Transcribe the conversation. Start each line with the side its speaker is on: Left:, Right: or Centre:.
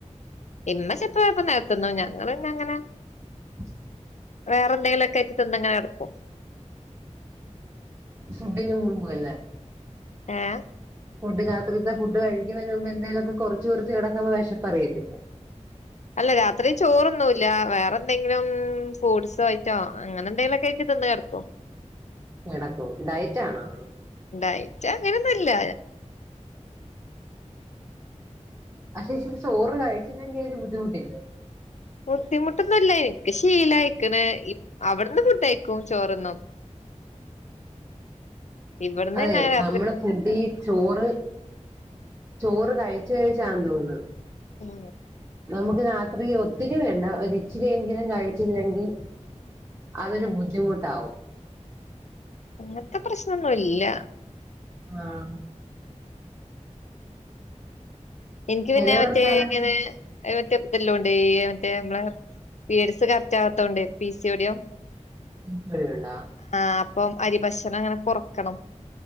Left: ഇമ്മ ചെലപ്പൊ പ്പ ന്നെരത്തെന്നും ഞങ്ങള് പിന്നെ ങ്ങനെ
Right: അ
Left: വേറെ എന്തെലൊക്ക ആയിറ്റ് തിന്ന്ങ്ങനെ കടക്കും
Right: ഫുഡിന് മുമ്പ് അല്ലേ
Left: ഏഹ്
Right: ഫുഡ് രാത്രിത്തെ ഫുഡ് കഴിക്കുന്നതിന് മുമ്പ എന്തെലും ഒക്കെ കോറിച്ച് കോറിച്ച് കിടക്കുമ്പോ വിശപ്പ് അിറിയത്തില്ല
Left: അല്ല രാത്രി ചോറൊണുല്ല വേറെ എന്തെങ്കിലും ഫൂഡ്സോ ഐറ്റോ അങ്ങനെ എന്തെങ്കിലുമൊക്കെ ആയിട്ട് തിന്ന് കേടക്കും
Right: കേടക്കും ഡയറ്റാണോ
Left: ഡയറ്റ് അങ്ങനെയൊന്നുല്ല
Right: പക്ഷേ ഇച്ചിരി ചോറ് കഴിച്ചില്ലെങ്ക ഒരു ബുദ്ധിമുട്ടില്ലേ
Left: ബുദ്ധിമുട്ടൊന്നും ഇല്ല എനിക്ക് ശീല അയക്കണ് അവിടുന്ന് ഫുഡ് കഴിക്കും ചോറൊന്നും ഇവിടുന്ന്
Right: അതെ
Left: തന്നെ രാത്രി
Right: നമ്മള് നിന്റെ ഈ ചോറ് ചോറ് കഴിച്ച കഴിച്ചാണ് തോന്നുന്നത്
Left: ഉം
Right: നമുക്ക് രാത്രി ഒത്തിരി വേണ്ട ഒരിച്ചിരിെങ്കിലും കഴിച്ചില്ലെങ്കിൽ അതൊരു ബുദ്ധിമുട്ടാവും
Left: അങ്ങനത്തെ പ്രശ്നമൊന്നുമില്ല
Right: ആഹ്
Left: എനിക്ക് പിന്നെ
Right: ചിലവർക്ക്
Left: മറ്റേ
Right: അതൊരു
Left: ഇങ്ങനെ അത് മറ്റേ ഇതല്ലംണ്ട് മറ്റേ നമ്മളെ പിരീഡ്സ് കറക്റ്റ് ആവാത്തോണ്ടേ പി സിയോഡിയം
Right: <unintelligible>
Left: ആഹ് അപ്പം അരി ഭക്ഷണം അങ്ങനെ കോറക്കണം